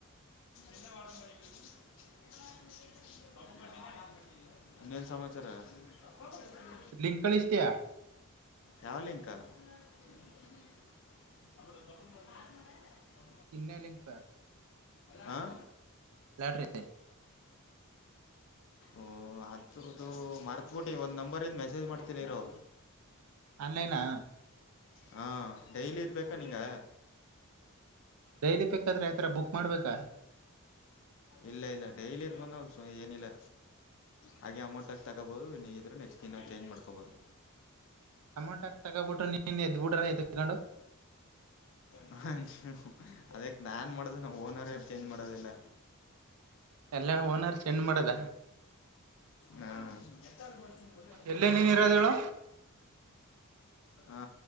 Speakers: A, on the left; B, on the right.
A: ಎಲ್ಲ ಮಾಡಳ ನೀವು <unintelligible> ಏನ್ ಏನೋ ಸಮಾಚಾರ <unintelligible>
B: ಲಿಂಕಳಷ್ಟ್ತೆಯ
A: ಯಾವ ಲಿಂಕ್ <unintelligible>
B: ಇನ್ನ ಲಿಂಕ್ಪ
A: ಹಾ <unintelligible>
B: ಲಾಟ್ರಿ
A: ಓಹ ಹತ್ರದ್ದು ಮರ್ತ್ಬಿಟ್ಟ ಒಂದ್ ನಂಬರಿಂದ ಮೆಸೇಜ್ ಮಾಡ್ತೀನಿ ಇರು
B: ಆನ್ಲೈನಾ
A: ಹಾ ಡೈಲಿ ಇದ್ ಬೇಕಾ ನೀಂಗ
B: ಡೈಲಿ ಬೇಕಾದ್ರೆ ಆತರ ಬುಕ್ ಮಾಡ್ಬೇಕಾ
A: ಇಲ್ಲ ಇಲ್ಲ ಡೈಲಿ ಇದದು ಬಂದ ಏನಿಲ್ಲ ಹಾಗೆ ಅಮೌಂಟಾಗಿ ತಗೋಬೋದು ನೀಗಿದ್ರು ನೆಕ್ಸ್ಟ್ ದಿನ ನಾವು ಚೇಂಜ್ ಮಾಡ್ಕೊಬೋದು
B: ಅಮೌಂಟ್ ಹಾಕ್ ತಗೋಬಿಟ್ಟು ನೀನ್ ಎದ್ ಬಿಡ್ರ ಎತ್ಕೊಂಡು
A: <unintelligible> ಅದಕ್ಕೆ ನಾನನ್ ಮಾಡೋ ನಾವು ಓನರೇ ಚೇಜ್ ಮಾಡೋದಲ್ಲ
B: ಎಲ್ಲ ಓನರ್ ಚೆಂಡ ಮಾಡದ
A: ಹಾ <unintelligible>
B: ಎಲ್ಲೇ ನೀನ್ ಇರೋದ ಹೇಳು
A: ಆ